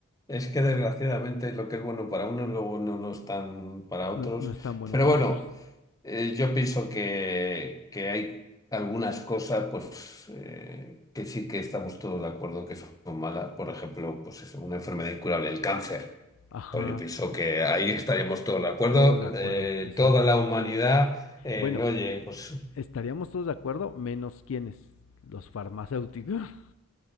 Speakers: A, on the left; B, on the left.
A: es que desgraciadamente lo que es bueno para unos luego no lo es tan para otros.
B: no, no es tan bueno
A: Pero
B: para
A: bueno,
B: otros.
A: eh, yo pienso que, que hay algunas cosas pues eh, que sí que estamos todos de acuerdo en que son malas. Por ejemplo, pues eso, una enfermedad incurable, el cáncer.
B: Ajá,
A: Pues yo pienso que ahí estaríamos todos de acuerdo.
B: todos de acuerdo,
A: eh,
B: exacto.
A: toda la humanidad, eh,
B: Bueno,
A: no, oye, pues
B: estaríamos todos de acuerdo, menos quienes, los farmacéuticos. <laughs>